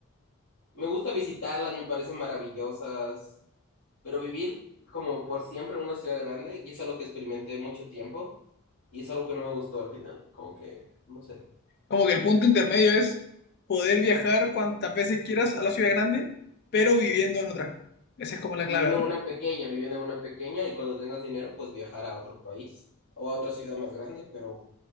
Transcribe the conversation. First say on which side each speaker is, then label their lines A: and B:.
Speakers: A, on the left (about 80°); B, on the left (about 50°).
A: Me gusta visitarlas, me parecen maravillosas, pero vivir como por siempre en una ciudad grande, y es algo que experimenté mucho tiempo, y es algo que no me gustó al final, como que, no sé.
B: Como que el punto intermedio es poder viajar cuantas veces quieras a la ciudad grande, pero viviendo en otra. Esa es como la
A: Viviendo
B: clave, ¿no?
A: en una pequeña, viviendo en una pequeña, y cuando tengas dinero, pues viajar a otro país o a otra ciudad más grande, pero